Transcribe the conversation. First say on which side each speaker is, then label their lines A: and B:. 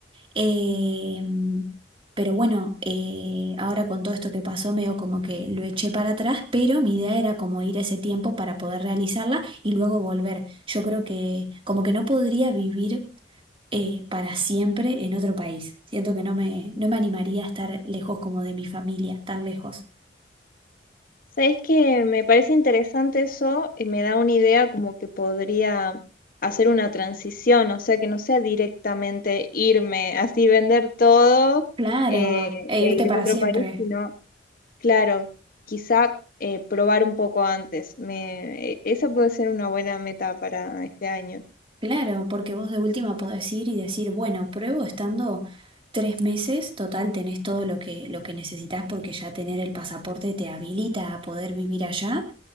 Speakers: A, on the right; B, on the left.
A: Eh, pero bueno, eh, ahora con todo esto que pasó, medio como que lo eché para atrás, pero mi idea era como ir ese tiempo para poder realizarla y luego volver. Yo creo que como que no podría vivir eh, para siempre en otro país. Siento que no me, no me animaría a estar lejos como de mi familia, tan lejos.
B: Sabes que me parece interesante eso y me da una idea como que podría hacer una transición, o sea, que no sea directamente irme, así vender todo
A: Claro,
B: eh,
A: e
B: e
A: irte
B: irme
A: para
B: a otro
A: siempre.
B: país, sino, claro, quizá eh, probar un poco antes. Me, e- esa puede ser una buena meta para este año.
A: Claro, porque vos de última podés ir y decir, bueno, pruebo estando tres meses, total tenés todo lo que, lo que necesitas porque ya tener el pasaporte te habilita a poder vivir allá